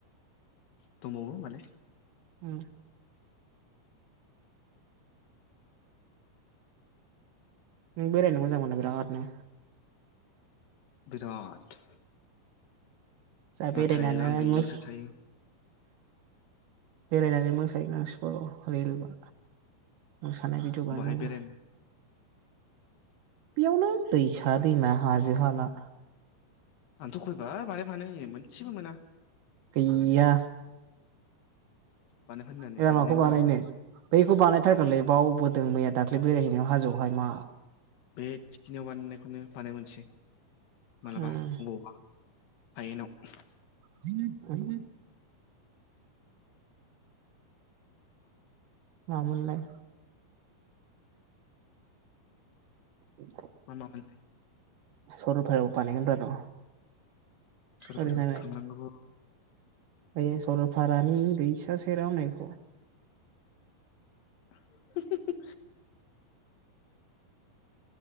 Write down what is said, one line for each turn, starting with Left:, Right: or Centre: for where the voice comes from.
Left: दंबावो माने
Right: उम- नों बेरायनो मोजां मोनो बिरादनो
Left: बिराट
Right: जोंहा
Left: नाथाय
Right: बेरायनानै
Left: रां गैयियावसो थायो
Right: बेरायनानै मोसाहनांसिग'ल रेल बा मोसानाय भिडिअ बानायनांगौ
Left: बाहाय बेरायनो
Right: बेयावनो दैसा दैमा हाजो हाला
Left: आंथ' खयबार बानायफानाय होयो मोनसेबो मोना
Right: गैया
Left: बानाय फाननानै
Right: एबार
Left: बानायनायानो
Right: माखौ बानायनो
Left: जाया
Right: बैखौ बानायथारगोनलै बावबोदों मैया दाख्लै बेरायहैनायाव हाजोआवहाय मा
Left: बे थिखिनियाव बानायनायखौनो बानाय मोनसै मालाबा
Right: उम
Left: अबावबा हायेनाव
Right: ह <unintelligible> मा मोनलाय? <unintelligible>
Left: मा- मामोनलाय
Right: सरलपायाव बानायगोनरा र'
Left: सरलपारायाव
Right: ओरैनालाय
Left: थांनांगौ
Right: बे सरलपारानि दैसा सेराव होन्नायखौ।
Left: हुम हुम हुम।